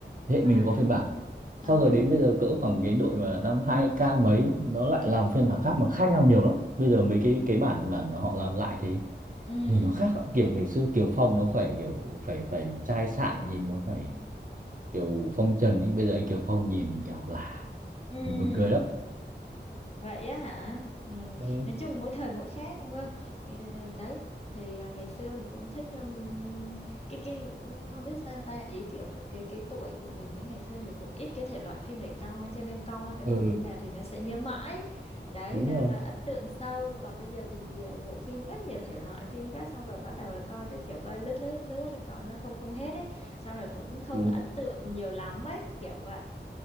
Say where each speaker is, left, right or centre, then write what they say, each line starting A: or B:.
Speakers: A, on the right; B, on the left.
A: thế hệ
B: à
A: mình nó có phiên bản
B: ồ
A: sau rồi đến bây giờ cỡ khoảng cái đội mà năm hai k mấy nó lại làm phiên bản khác mà khác nhau nhiều lắm bây giờ mấy cái cái bản bản mà họ làm lại thì
B: ừ
A: nhìn nó khác lắm. kiểu ngày xưa Kiều Phong nó phải kiểu phải phải chai sạn nhìn nó phải kiểu phong trần ý bây giờ anh Kiều Phong nhìn ẻo lả
B: ừ
A: nhìn buồn cười lắm
B: Vậy á hả? Ừ.
A: ừ,
B: Nói chung mỗi thời mỗi khác ông ơi. Cái- Đấy thì à, ngày xưa mình cũng thích um, cái cái không biết sao ta ý kiểu cái cái tuổi của mình nhá ngày xưa thì cũng ít cái thể loại phim để coi cho nên coi cái bộ
A: ừ
B: phim nào thì nó sẽ nhớ mãi. Đấy
A: đúng
B: nó
A: rồi
B: nó ấn tượng sâu, còn bây giờ thì nhiều bộ phim quá nhiều thể loại phim quá xong rồi bắt đầu là coi cái kiểu coi lướt lướt lướt rồi coi nó không không hết ấy, xong rồi cũng không
A: Ừ,
B: ấn tượng nhiều lắm ấy, kiểu vậy.